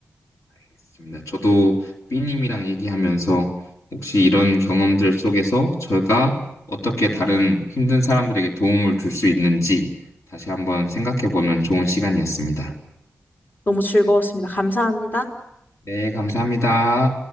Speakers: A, on the left; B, on the left.
A: 알겠습니다. 저도 B님이랑 얘기하면서 혹시 이런 경험들 속에서 제가 어떻게 다른 힘든 사람들에게 도움을 줄 수 있는지 다시 한번 생각해보는 좋은 시간이었습니다.
B: 너무 즐거웠습니다. 감사합니다.
A: 네, 감사합니다.